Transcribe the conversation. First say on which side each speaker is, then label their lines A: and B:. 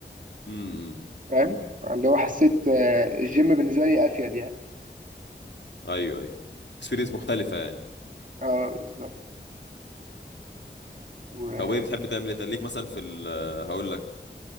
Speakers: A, on the left (about 75°); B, on the right (about 45°).
A: امم
B: فاهم اللي هو حسيت آه، الجيم بالنسبه لي افيد يعني
A: ايوه ايوه اكسبيرينس مختلفه يعني
B: اه بالظبط وتحب
A: طب ايه بتحب تعمل ايه تاني؟ ليك مثلا في ال هقول لك